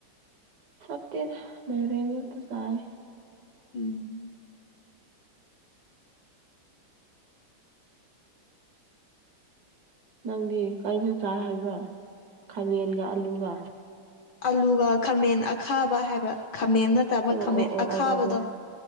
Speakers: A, on the right; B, on the left.
A: ꯁꯞꯇꯔ ꯃꯔꯅꯤꯌꯛꯇꯖꯥꯏ
B: ꯎꯝ
A: ꯅꯪꯒꯤ ꯀꯩꯅ ꯆꯥꯏ ꯍꯥꯏꯕ꯭ꯔꯥ ꯈꯥꯃꯦꯟꯒ ꯑꯂꯨꯒ
B: ꯑꯂꯨꯒ ꯈꯥꯃꯦꯟ ꯑꯈꯥꯕ ꯍꯥꯏꯕ ꯈꯥꯃꯦꯟ ꯅꯠꯇꯕ
A: ꯑꯣ
B: ꯈꯥꯃꯦꯟ
A: ꯑꯣ ꯑꯣ
B: ꯑꯈꯥꯕꯗꯣ
A: ꯑꯣ ꯑꯣ ꯑꯣ